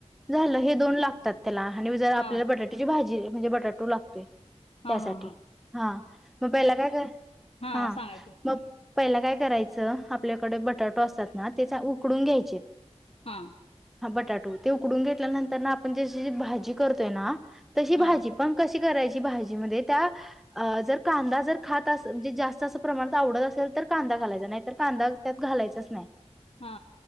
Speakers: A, in the centre; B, on the left (about 55°).
A: झालं हे दोन लागतात त्याला आणि जर आपल्याला
B: हां,
A: बटाट्याची भाजी म्हणजे बटाटू लागते
B: हां,
A: त्यासाठी
B: हां, हां.
A: हा मग पहिला काय का
B: हां,
A: हा
B: सांगा की?
A: मग पहिला काय करायचं आपल्याकडे बटरटॉ असतात ना तेचा उकडून घ्यायचे
B: हा
A: हा बटाटो ते उकडून घेतल्यानंतर ना आपण जशी भाजी करतोय ना तशी
B: हां,
A: भाजी पण कशी करा भाज त्यार कांदा जर ख म्हणे जात प्रण आवत असे तर कांदा घालायचा नाही तर कांदा त्यात घालायचाच नाही
B: हा